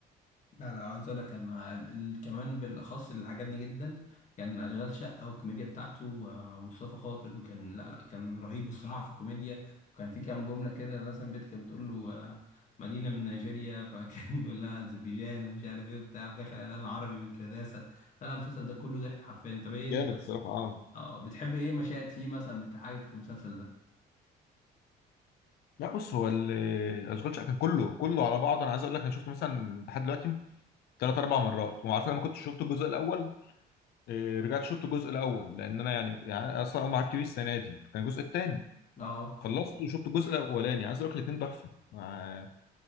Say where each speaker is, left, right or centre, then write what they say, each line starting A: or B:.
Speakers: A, on the left; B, on the left.
A: لا لا عايز اقول لك انا ال- ال- كمان بالاخص اللي عجبني جدا كان اشغال شقه والكوميديا بتاعته آه، مصطفى خاطر وكان لا لا كان رهيب الصراحه في الكوميديا وكان في كام جمله كده مثلا بيت كانت بتقول له آه، مدينه من نيجيريا <laughs> فكان بيقول لها اذربيجان ومش عارف ايه وبتاع في الاخر قال انا عربي من كرداسه لا لا المسلسل ده كله ضحك حرفيا طب ايه انت
B: جامد الصراحه اه
A: اه بتحب ايه مشاهد فيه مثلا بتضحكك في المسلسل ده
B: لا بص هو ال- اشغال شقه كان كله كله على بعضه انا عايز اقول لك انا شفته مثلا لحد دلوقتي ثلاث اربع مرات وعلى فكره ما كنتش شفت الجزء الاول إيه، رجعت شفت الجزء الاول لان انا يعني, يعني أنا اصلا اول ما عرفت بيه السنه دي فكان الجزء الثاني
A: اه
B: خلصت وشفت الجزء الاولاني عايز اقول لك الاثنين تحفه آه،